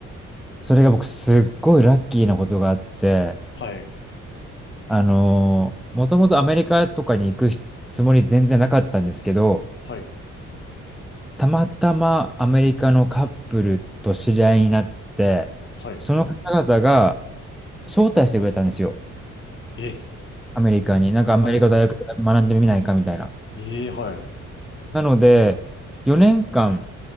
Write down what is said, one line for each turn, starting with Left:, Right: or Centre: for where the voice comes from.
Centre: それが僕すっごいラッキーなことがあって、
Left: はい。
Centre: あのー、もともとアメリカとかに行くつもり全然なかったんですけど、
Left: はい。
Centre: たまたまアメリカのカップルと知り合いになって、
Left: はい。
Centre: その方々が招待してくれたんですよ。
Left: え、
Centre: アメリカに。なんかアメリカ大学で学んでみないかみたいな。
Left: はい。ええー、はい。
Centre: なので、4年間